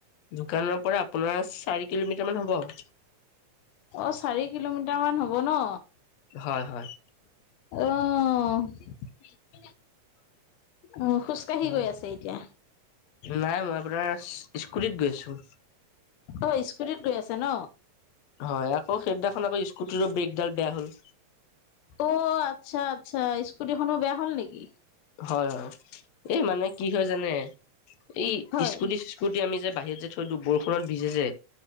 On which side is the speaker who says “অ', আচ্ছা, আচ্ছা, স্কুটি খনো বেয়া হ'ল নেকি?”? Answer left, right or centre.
Left